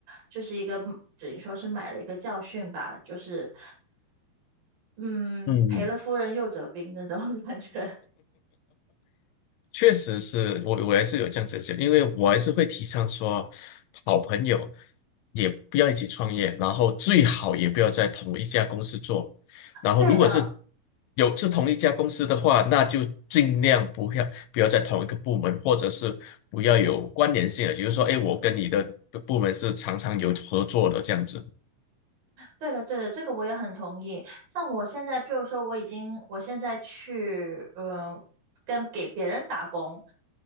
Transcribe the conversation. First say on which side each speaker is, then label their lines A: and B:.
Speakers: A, on the right (about 65°); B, on the left (about 80°).
A: 就是一个等于说是买了一个教训吧，就是嗯赔了夫人又折兵那种
B: 嗯。
A: <laughs> 感觉。
B: 确实是我，我还是有这样子的想，因为我还是会提倡说，好朋友也不要一起创业，然后最好也不要在同一家公司做。然后，
A: 对的，
B: 如果是有是同一家公司的话，那就尽量不要不要在同一个部门，或者是不要有关联性的，比如说，哎，我跟你的部门是常常有合作的这样子。
A: 对的，对的，这个我也很同意。像我现在，譬如说，我已经，我现在去，嗯，跟给别人打工，